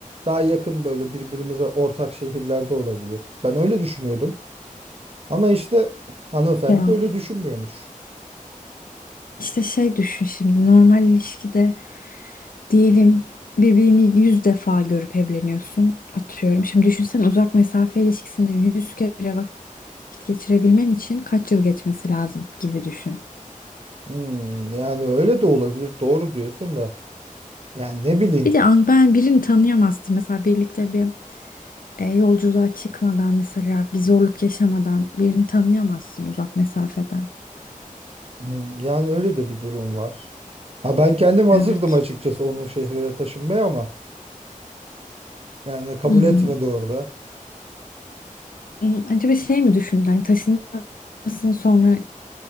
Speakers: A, on the right; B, on the left.
A: Daha yakın böyle birbirimize ortak şehirlerde olabilir. Ben öyle düşünüyordum. Ama işte hanımefendi
B: Ya
A: böyle düşünmüyormuş.
B: işte şey düşün şimdi normal ilişkide diyelim birbirini yüz defa görüp evleniyorsun atıyorum. Şimdi düşünsen uzak mesafe ilişkisinde yüz kere vakit geçirebilmen için kaç yıl geçmesi lazım gibi düşün.
A: Hmm, yani öyle de olabilir. Doğru diyorsun da. Yani ne bileyim.
B: Bir de an ben birini tanıyamazdım. Mesela birlikte bir E, yolculuğa çıkmadan mesela bir zorluk yaşamadan birini tanıyamazsın uzak mesafeden.
A: Hmm, Yani öyle de bir durum var. Ha ben kendim hazırdım
B: Evet.
A: açıkçası onun şehrine taşınmaya ama yani kabul
B: Hmm.
A: etmedi orada.
B: Hmm, Acaba şey mi düşündün? Hani taşınırsın sonra